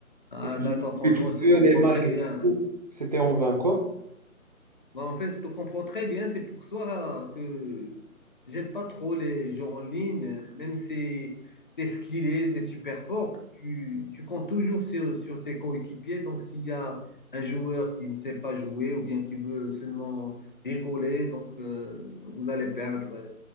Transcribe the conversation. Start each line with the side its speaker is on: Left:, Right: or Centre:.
Left: Ah,
Right: Et
Left: d'accord.
Right: j'étais
Left: Franchement,
Right: tout
Left: je
Right: seul
Left: te comprends
Right: et malgré
Left: très bien.
Right: tout, c'était en vain, quoi.
Left: Bah, en fait, je te comprends très bien. C'est pour ça que j'aime pas trop les jeux en ligne. Même si tu es skillé, tu es super fort, tu, tu comptes toujours sur, sur tes coéquipiers. Donc, s'il y a un joueur qui ne sait pas jouer ou bien qui veut seulement rigoler, donc euh, vous allez perdre, euh,